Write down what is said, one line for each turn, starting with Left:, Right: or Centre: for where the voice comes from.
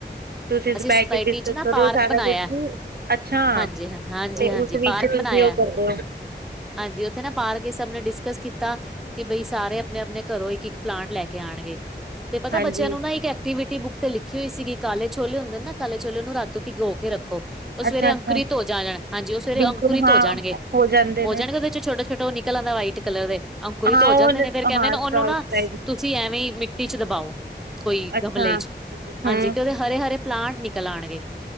Right: ਤੁਸੀਂ
Centre: ਅਸੀਂ
Right: ਬਹਿ
Centre: ਸੁੋਸਾਇਟੀ
Right: ਕੇ ਡਿਸਕਸ
Centre: 'ਚ ਨਾ
Right: ਕਰੋ
Centre: ਪਾਰਕ
Right: ਸਾਰਾ
Centre: ਬਣਾਇਆ,
Right: ਕੁਛ ਅੱਛਾ
Centre: ਹਾਂਜੀ ਹਾਂ, ਹਾਂਜੀ-ਹਾਂਜੀ,
Right: ਤੇ ਉਸ ਵਿੱਚ
Centre: ਪਾਰਕ
Right: ਤੁਸੀਂ
Centre: ਬਣਾਇਆ।
Right: ਉਹ ਕਰਦੇ ਹੋ
Centre: ਹਾਂਜੀ, ਉੱਥੇ ਨਾ ਪਾਰਕ ਇਸ ਸਭ ਨੇ ਡਿਸਕਸ ਕੀਤਾ। ਕਿ ਬਈ ਸਾਰੇ ਆਪਣੇ-ਆਪਣੇ ਘਰੋਂ ਇੱਕ-ਇੱਕ ਪਲਾਂਟ ਲੈ ਕੇ ਆਣਗੇ। ਤੇ ਪਤਾ
Right: ਹਾਂਜੀ
Centre: ਬੱਚਿਆਂ ਨੂੰ ਨਾ ਇੱਕ ਐਕਟੀਵਿਟੀ ਬੁੱਕ ਤੇ ਲਿਖੀ ਹੋਈ ਸੀਗੀ ਕਾਲੇ ਛੋਲੇ ਹੁੰਦੇ ਨਾ ਕਾਲੇ ਛੋਲੇ ਉਹਨੂੰ ਰਾਤੋ ਪੀ ਗੋ ਕੇ ਰੱਖ ਖੋ, ਉਹ ਸਵੇਰੇ
Right: ਅੱਛਾ ਅੱਛਾ
Centre: ਅੰਕੁਰਿਤ ਹੋ ਜਾ ਜਾਣ ਹਾਂਜੀ ਉਹ ਸਵੇਰੇ
Right: ਬਿਲਕੁਲ
Centre: ਅੰਕੁਰਿਤ
Right: ਹਾਂ
Centre: ਹੋ ਜਾਣਗੇ,
Right: ਜਾਂਦੇ
Centre: ਹੋ
Right: ਨੇ
Centre: ਜਾਣਗੇ ਉਹਦੇ ਚ ਛੋਟਾ-ਛੋਟਾ ਉਹ ਨਿਕਲ ਆਉਂਦਾ ਵਾਈਟ ਕਲਰ ਦੇ। ਅੰਕੁਰਿਤ
Right: ਹਾਂ
Centre: ਹੋ ਜਾਂਦੇ
Right: ਉਹ ਹਾਂ
Centre: ਨੇ ਫੇਰ ਕਹਿੰਦੇ ਨਾ ਉਹਨੂੰ
Right: ਸਾਊਥ
Centre: ਨਾ
Right: ਸਾਈਡ
Centre: ਤੁਸੀਂ ਐਵੇਂ ਈ ਮਿੱਟੀ ਚ ਦਬਾਓ ਕੋਈ
Right: ਅੱਛਾ
Centre: ਗਮਲੇ ਚ।
Right: ਹਮ
Centre: ਹਾਂਜੀ ਤੇ ਉਹਦੇ ਹਰੇ-ਹਰੇ ਪਲਾਂਟ ਨਿਕਲ ਆਣਗੇ।